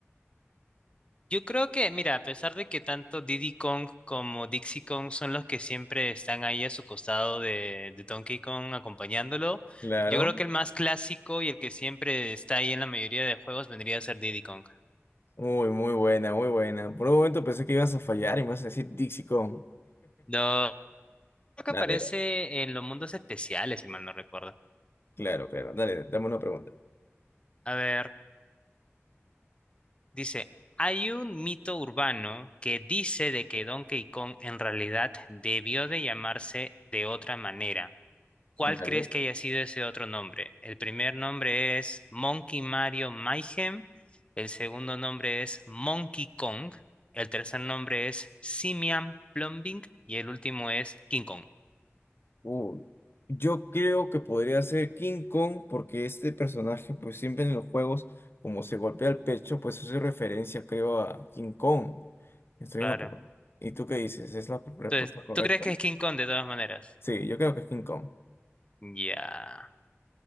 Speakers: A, on the left; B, on the left.
A: Yo creo que, mira, a pesar de que tanto Diddy Kong como Dixie Kong son los que siempre están ahí a su costado de, de Donkey Kong acompañándolo,
B: Claro.
A: yo creo que el más clásico y el que siempre está ahí en la mayoría de juegos vendría a ser Diddy Kong.
B: Muy, muy buena, muy buena. Por un momento pensé que ibas a fallar y me vas a decir Dixie Kong.
A: Lo, creo que
B: Dale,
A: aparece en los mundos especiales, si mal no recuerdo.
B: claro, claro. Dale, dame una pregunta.
A: A ver, dice, hay un mito urbano que dice de que Donkey Kong en realidad debió de llamarse de otra manera ¿Cuál
B: Dale.
A: crees que haya sido ese otro nombre? El primer nombre es Monkey Mario Mayhem, el segundo nombre es Monkey Kong, el tercer nombre es Simian Plumbing y el último es King Kong.
B: Uh, yo creo que podría ser King Kong porque este personaje, pues siempre en los juegos, como se golpea el pecho, pues hace referencia, creo, a King Kong. Estoy
A: Claro.
B: en lo correcto. ¿Y tú qué dices? ¿Es la respuesta
A: Entonces,
B: correcta?
A: ¿tú crees que es King Kong de todas maneras?
B: Sí, yo creo que es King Kong.
A: Ya.